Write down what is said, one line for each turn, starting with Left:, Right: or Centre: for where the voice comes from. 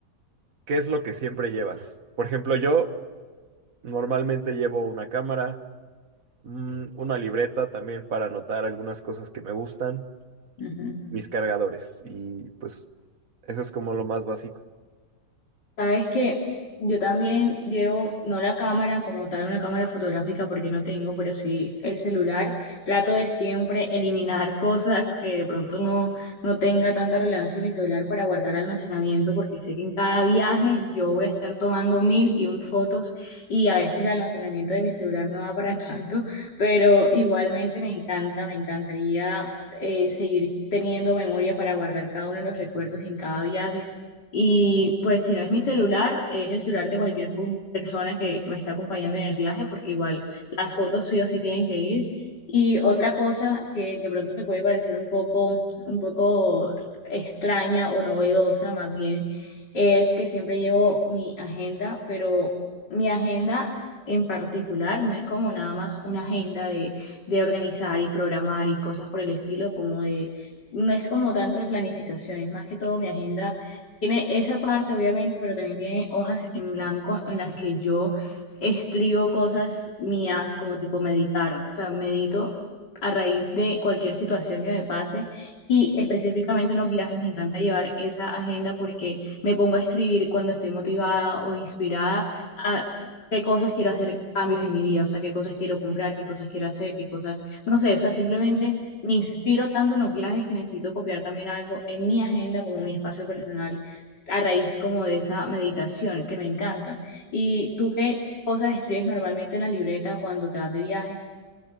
Right: ¿qué es lo que siempre llevas? Por ejemplo, yo normalmente llevo una cámara, Mm, Una libreta también para anotar algunas cosas que me gustan,
Left: Ujú.
Right: mis cargadores y pues eso es como lo más básico.
Left: Sabes que yo también llevo, no la cámara como tal, una cámara fotográfica porque no tengo, pero sí el celular. Trato de siempre eliminar <laughs> cosas que de pronto no, no tenga tanta relevancia en mi celular para guardar almacenamiento porque sé que en cada viaje yo voy a estar tomando mil y un fotos y a veces el almacenamiento de mi celular no da para <laughs> tanto, pero igualmente me encanta, me encantaría eh, seguir teniendo memoria para guardar cada uno de los recuerdos en cada viaje y pues si no es mi celular, es el celular de cualquier com- persona que, que me está acompañando en el viaje, porque igual las fotos suyas sí o sí tienen que ir. Y otra cosa que de pronto te puede parecer un poco, un poco extraña o novedosa más bien, es que siempre llevo mi agenda, pero mi agenda en particular no es como nada más una agenda de, de organizar y programar y cosas por el estilo, como de, no es como tanto de planificación, es más que todo mi agenda tiene esa parte, obviamente, pero también tiene hojas en blanco en las que yo escribo cosas mías, como tipo meditar. O sea, medito a raíz de cualquier situación que me pase y específicamente en los viajes me encanta llevar esa agenda porque me pongo a escribir cuando estoy motivada o inspirada a qué cosas quiero hacer cambios en mi vida, o sea, qué cosas quiero comprar, qué cosas quiero hacer, qué cosas, no sé, o sea, simplemente me inspiro tanto en los viajes que necesito copiar también algo en mi agenda como mi espacio personal a raíz como de esa meditación que me encanta. ¿Y tú qué cosas escribes normalmente en la libreta cuando te vas de viaje?